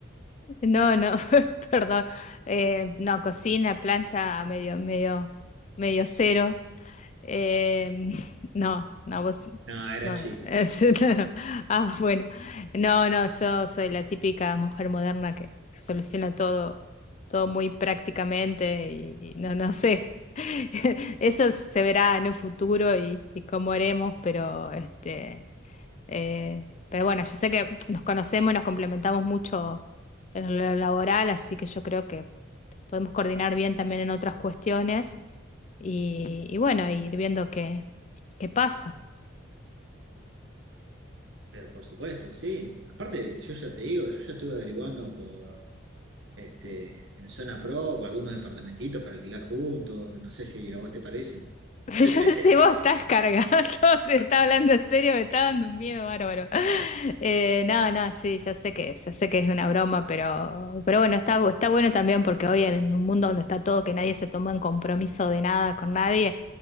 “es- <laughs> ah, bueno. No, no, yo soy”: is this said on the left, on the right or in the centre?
Left